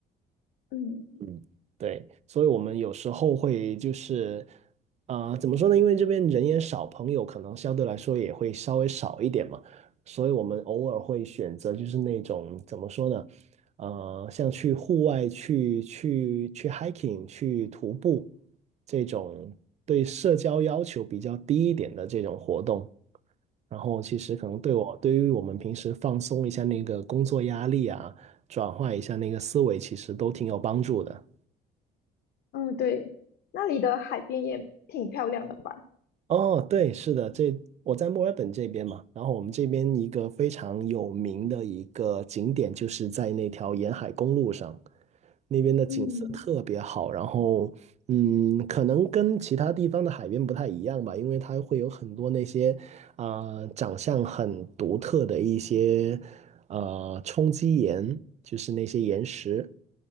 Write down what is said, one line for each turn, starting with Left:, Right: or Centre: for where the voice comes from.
Left: 嗯
Right: 嗯，对，所以我们有时候会就是，呃，怎么说呢？因为这边人也少，朋友可能相对来说也会稍微少一点嘛，所以我们偶尔会选择就是那种怎么说呢？呃，像去户外去去去 hiking 去徒步这种对社交要求比较低一点的这种活动。然后其实可能对我，对于我们平时放松一下那个工作压力啊，转换一下那个思维，其实都挺有帮助的。
Left: 嗯，对，那里的海边也挺漂亮的吧？
Right: 哦，对，是的，这我在墨尔本这边嘛，然后我们这边一个非常有名的一个景点，就是在那条沿海公路上，那边的景色特别好。
Left: 嗯，
Right: 然后，嗯，可能跟其他地方的海边不太一样吧，因为它会有很多那些啊、长相很独特的一些呃冲击岩，就是那些岩石，